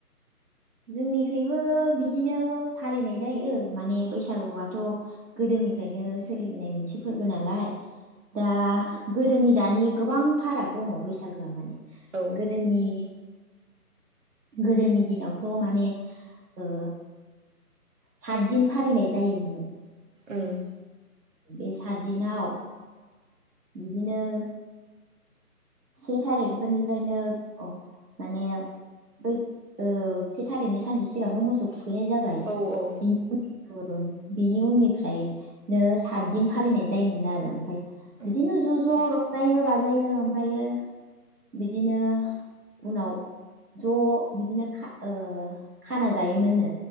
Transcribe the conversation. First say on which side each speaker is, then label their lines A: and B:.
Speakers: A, on the right; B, on the right.
A: जोंनिखबो बिदिनो फालिनाय जायो माने बैसागुआथ' गोदोनिफ्रायनो सोलिबोनाय मोनसे फोरबो नालाय दा गोदोनि दानि गोबां फाराग दङ बैसागोआ माने
B: औ
A: गोदोनि गोदोनि दिनावथ माने ओ सात दिन फालिनाय जायोमोननो
B: उम।
A: बे सातदिनाव बिदिनो से थारिख फोरनिफ्रायनो अ माने बै ओ से थारिखनि सानसे सिगांथ मोसौ थुख खैनाय जाबाय
B: औ औ
A: बिनि ओ बिनि उननिफ्रायनो सातदिन फालिनाय जायोमोन आरो ओमफ्राय
B: उम
A: बिदिनो ज ज रं जायो बाजायो ओम ओमफ्रायो बिदिनो उनाव ज बिदिनो खा ओ खाना जायोमोननो